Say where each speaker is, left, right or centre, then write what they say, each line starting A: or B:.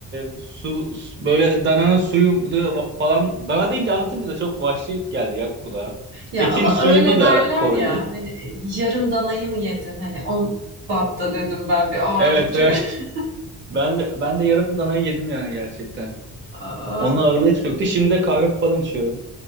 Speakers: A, on the right; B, on the right.
A: Ee, su, su- böyle dananın suyu da- va- falan. Dana deyince anlatınca da çok vahşi geldi ya kulağa.
B: Ya
A: Etin
B: ama
A: suyunu
B: öyle
A: da
B: derler
A: koydum.
B: ya. Hani e, yarım danayı mı yedin? Hani o bapta dedim ben bir ağırlık
A: Evet,
B: çöktü.
A: evet. Ben de, ben de yarım danayı yedim yani gerçekten.
B: <laughs> Aa,
A: Onun ağırlığı hiç Şimdi de kahve falan içiyorum.